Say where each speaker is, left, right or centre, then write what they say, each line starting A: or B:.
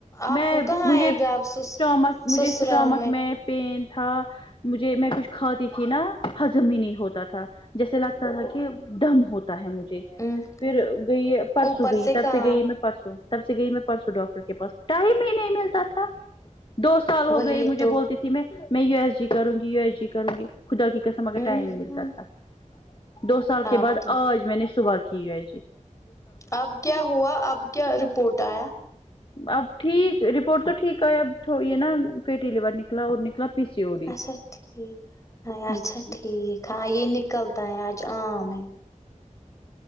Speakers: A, on the left; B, on the left.
A: آپ
B: میں
A: کو کہاں
B: مجھے
A: آئے
B: اسٹامک
A: گا آپ سسر
B: مجھے
A: سسرال
B: اسٹامک میں پین تھا مجھے میں کچھ کھاتی تھی نا حزم ہی نہیں ہوتا تھا جیسے لگتا تھا کی دم ہوت تا ہے مجھے
A: ہوں
B: پھر گئی پرسوں
A: اوپر
B: گئی تب
A: کام
B: سے گئی میں پرسوں تب سے گئی میں پرسوں ڈاکٹر کے پاس ٹائم ہی نہیں ملتا تھا دو سال ہو
A: وہی
B: گئی مجھے
A: تو
B: بولتی تھی میں یو ایس جی کروں گی یو ایس جی کروں گی خدا کی قسم مگر
A: ہوں
B: ٹائم ہی نہیں ملتا
A: ہوں
B: تھا دو سال
A: آپ
B: کے بعد
A: تو
B: آج میں نے صبح کی ہے
A: اب کیا ہوا اب کیا رپورٹ آیا
B: اب ٹھیک رپورٹ تو ٹھیک ایا اب یے نا یے فیڈیلیوٹ نکلا اور نکلا پی سی او ڈی
A: اچھا ٹھیک
B: ہ
A: اچھا ٹھیک ہاں یے نکلتا ہے آج آم ہیں